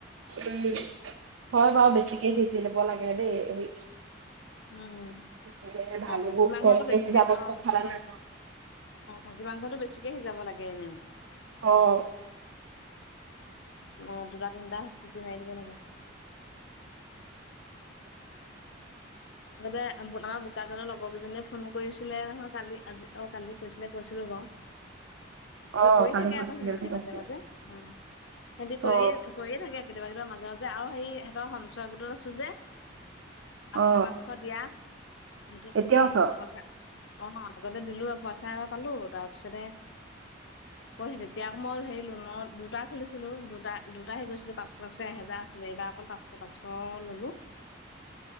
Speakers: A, on the right (about 85°); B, on the left (about 65°).
A: উ, হয় বাৰু বেছিকে সিজি ল'ব লাগে দেই, সেই
B: উম
A: যিহে ভাল
B: অ খাচী
A: হ'ব
B: মাংসটো
A: কমকে
B: বেছিকে
A: সিজা বস্ত
B: অ
A: খালা নাই ত
B: অ' খাচি মাংসটো বেছিকে সিজাব লাগে এনেও।
A: অ'।
B: অ' দুটা তিনটা চিটি মাৰি দিব লাগে।
A: <inaudible>
B: আগতে বনোৱা বোকাজনৰ লগৰ কেইজনীয়ে ফোন কৰিছিলে নহয় কালি, আজি অ' কালি কৈছিলে কৈছিলোঁ বাৰু।
A: অ
B: ত' কৰি
A: কালি
B: থাকে
A: কৈছিলে
B: আকৌ সিহতি
A: বুলি কৈছিলে
B: মাজে মাজে উম, সিহঁতি কৰিয়ে
A: অ
B: কৰিয়ে থাকে। কেতিয়াবা কেতিয়া মাজে মাজে আৰু সেই সিহঁতৰ সঞ্চয় গোটত আছোঁ যে, পাচকা
A: অ
B: পাচকা দিয়া, সেইটো কথা।
A: এতিয়া আছ
B: অ' লগতে দিলোঁ আৰু পইচা এটা পালো তাৰপিছতে ক তেতিয়া আক' মই হেৰি লোনৰ দুটা খেলিছিলোঁ, দুটা দুটা হেৰি কৰিছিলোঁ পাঁচক পাঁচক এহেজাৰ আছিলে, এইবাৰ অকল পাচ পাঁচশ ললোঁ।
A: <unintelligible>